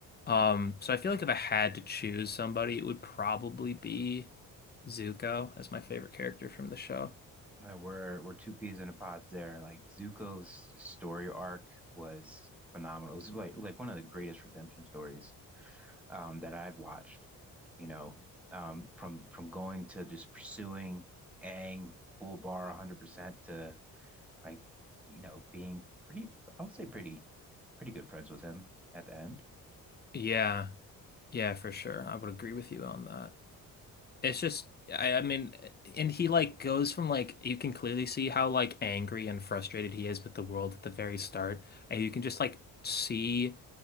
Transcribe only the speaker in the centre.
Yep. Uh, We're we're two peas in a pod there. Like Zuko's story arc was phenomenal. It was like like one of the greatest redemption stories um, that I've watched. You know, um, from from going to just pursuing Aang full bar 100% to I, you know being pretty I would say pretty pretty good friends with him at the end.